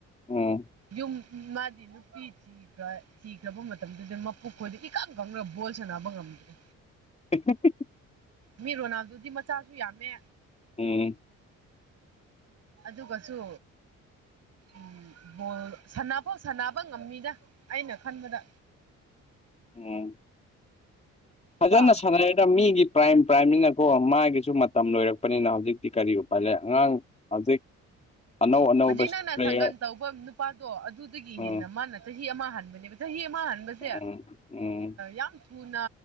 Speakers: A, on the left; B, on the right.
A: ꯎꯝ
B: ꯌꯨꯝ ꯃꯥꯗꯤ ꯅꯨꯄꯤ ꯊꯤ ꯊꯤꯈ꯭ꯔ ꯊꯤꯈ꯭ꯔꯕ ꯃꯇꯝꯗꯨꯗꯤ ꯃꯄꯨꯛ ꯈꯣꯏꯗꯤ ꯏꯀꯪ ꯀꯪꯔꯒ ꯕꯣꯜ ꯁꯥꯟꯅꯕ ꯉꯝꯗ꯭ꯔꯦ
A: <unintelligible>
B: ꯃꯤ ꯔꯣꯅꯥꯜꯗꯨꯗꯤ ꯃꯆꯥꯁꯨ ꯌꯥꯝꯃꯦ
A: ꯎꯝ
B: ꯑꯗꯨꯒꯁꯨ ꯎꯝ ꯕꯣꯜ ꯁꯐꯥꯎ ꯁꯅꯕ ꯉꯝꯃꯤꯗ ꯑꯩꯅ ꯈꯟꯕꯗ
A: ꯎꯝ ꯐꯖꯅ
B: ꯀꯣ
A: ꯁꯥꯟꯅꯔꯦꯗ ꯃꯤꯒꯤ ꯄ꯭ꯔꯥꯏꯝ ꯄ꯭ꯔꯥꯏꯝꯅꯤꯅꯀꯣ ꯃꯥꯒꯤꯁꯨ ꯃꯇꯝ ꯂꯣꯏꯔꯛꯄꯅꯤꯅ ꯍꯧꯖꯤꯛꯇꯤ ꯀꯔꯤ ꯎꯄꯥꯏ ꯂꯩ ꯑꯉꯥꯡ ꯍꯧꯖꯤꯛ ꯑꯅꯧ ꯑꯅꯧꯕ
B: ꯍꯧꯖꯤꯛ ꯅꯪꯅ
A: ꯄ꯭ꯂꯦꯌꯔ
B: ꯁꯪꯒꯟ ꯇꯧꯕ ꯅꯨꯄꯥꯗꯣ ꯑꯗꯨꯗꯒꯤ ꯍꯦꯟꯅ
A: ꯎꯝ
B: ꯃꯥꯅ ꯆꯍꯤ ꯑꯃ ꯍꯥꯟꯕꯅꯦꯕ ꯆꯍꯤ ꯑꯃ ꯍꯥꯟꯕꯁꯦ
A: ꯎꯝ ꯎꯝ
B: ꯌꯥꯝ ꯊꯨꯅ